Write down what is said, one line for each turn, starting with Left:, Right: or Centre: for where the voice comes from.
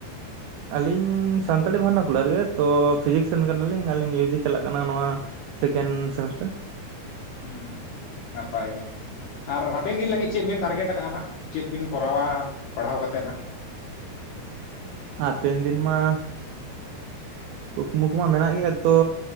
Right: ᱟᱹᱞᱤᱧ ᱥᱟᱱᱛᱟᱲᱤ ᱵᱷᱟᱨᱱᱟ ᱠᱩᱞᱟᱨ ᱜᱮ ᱛᱚ ᱯᱷᱤᱡᱤᱠᱥ ᱨᱮᱱ ᱠᱟᱱᱟᱞᱤᱧ ᱟᱹᱞᱤᱧ ᱭᱩ ᱡᱤ ᱪᱟᱞᱟᱜ ᱠᱟᱱᱟ ᱱᱚᱣᱟ ᱥᱮᱠᱮᱱᱰ ᱥᱮᱢᱤᱥᱴᱟᱨ,
Left: ᱦᱩᱸ ᱱᱟᱯᱟᱭ ᱜᱮ᱾ ᱟᱨ ᱦᱟᱯᱮᱱ ᱫᱤᱱ ᱞᱟᱹᱜᱤᱫ ᱪᱮᱫ ᱵᱤᱱ ᱴᱟᱨᱜᱮᱴ ᱠᱟᱜᱼᱟ ᱦᱟᱸᱜ, ᱪᱮᱫ ᱵᱤᱱ ᱠᱚᱨᱟᱣᱟ ᱯᱟᱲᱦᱟᱣ ᱠᱟᱛᱮᱫ ᱦᱟᱸᱜ?
Right: ᱦᱟᱯᱮᱱ ᱫᱤᱱ ᱢᱟ ᱠᱩᱠᱢᱩ ᱠᱚᱢᱟ ᱢᱮᱱᱟᱜ ᱜᱮᱭᱟ ᱛᱚ